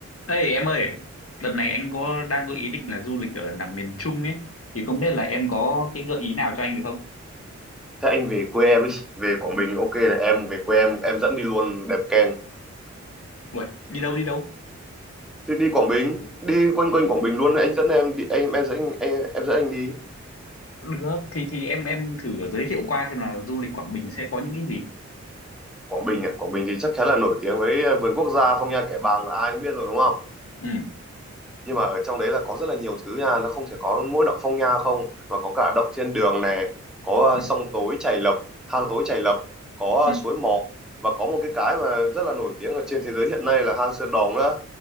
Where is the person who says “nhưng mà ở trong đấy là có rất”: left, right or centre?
Centre